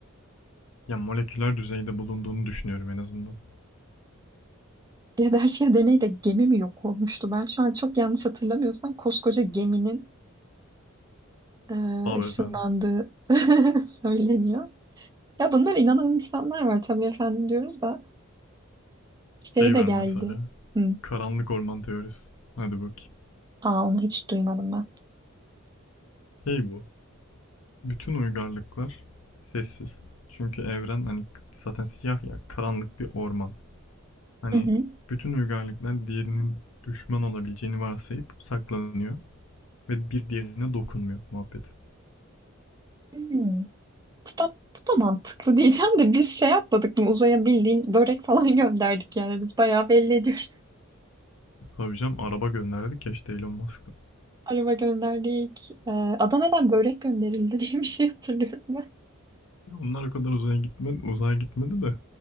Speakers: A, on the left (about 75°); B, on the right (about 20°).
A: <laughs> ya moleküler düzeyde bulunduğunu düşünüyorum en azından.
B: Philadelphia deneyde gemi mi yok olmuştu? Ben şu an çok yanlış hatırlamıyorsam koskoca geminin eee,
A: Abi
B: ışınlandığı
A: efendim.
B: <laughs> söyleniyor. Ya bunlar inanan insanlar var tabii efendim diyoruz da şey
A: Şey
B: de
A: ver
B: geldi.
A: mesela.
B: Hı.
A: Karanlık orman teorisi. Hadi bakayım.
B: Aa onu hiç duymadım ben.
A: Şey bu. Bütün uygarlıklar sessiz. Çünkü evren hani zaten siyah ya, karanlık bir orman. Hani
B: Hı hı.
A: bütün uygarlıklar diğerinin düşman olabileceğini varsayıp saklanıyor ve bir diğerine dokunmuyor muhabbet.
B: Hı. Bu da, bu da mantıklı diyeceğim de biz şey yapmadık mı uzaya bildiğin börek falan <laughs> gönderdik yani biz bayağı belli ediyoruz.
A: Tabii canım araba gönderdik ya işte Elon Musk'a.
B: <laughs> Araba gönderdik. Ee, Adana'dan börek gönderildi <laughs> diye bir şey hatırlıyorum ben.
A: Ya Onlar o kadar uzaya gitmedi, uzaya gitmedi de